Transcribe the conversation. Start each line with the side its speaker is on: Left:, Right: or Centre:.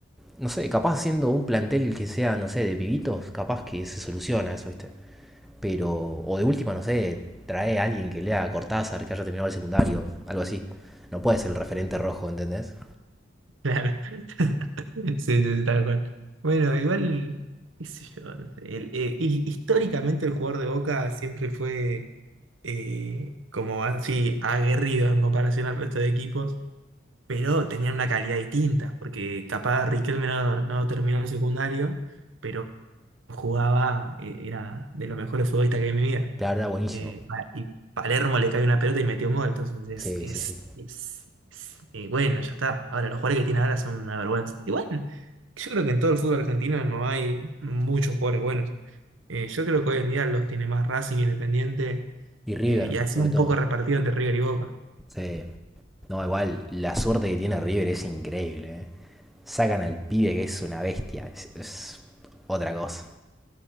Centre: no sé, capaz haciendo un plantel que sea, no sé, de pibitos, capaz que se soluciona eso, ¿viste? Pero, o de última, no sé, trae a alguien que lea a Cortázar, que haya terminado el secundario, algo así. No puede ser el referente rojo, ¿entendés?
Right: Claro. <laughs> Sí, sí, sí, tal cual. Bueno, igual, qué sé yo, no sé, el- eh, hi- históricamente el jugador de Boca siempre fue eh, como así aguerrido en comparación al resto de equipos, pero tenían una calidad distinta, porque capaz Riquelme no, no terminó el secundario, pero jugaba, eh, era de los mejores futbolistas que hay en mi vida.
Centre: Claro, era buenísimo.
Right: Eh, pa- y Palermo le cae una pelota y metió un gol. Entonces es,
Centre: Sí,
Right: es,
Centre: sí, sí.
Right: es- es- eh, bueno, ya está. Ahora, los jugadores que tiene ahora son una vergüenza. Igual, yo creo que en todo el fútbol argentino no hay muchos jugadores buenos. Eh, yo creo que hoy en día los tiene más Racing Independiente
Centre: Y River,
Right: eh, y así
Centre: sobre
Right: un
Centre: todo.
Right: poco repartido entre River y Boca.
Centre: Sí. No, igual, la suerte que tiene River es increíble, ¿eh? Sacan al pibe que es una bestia, es- es otra cosa.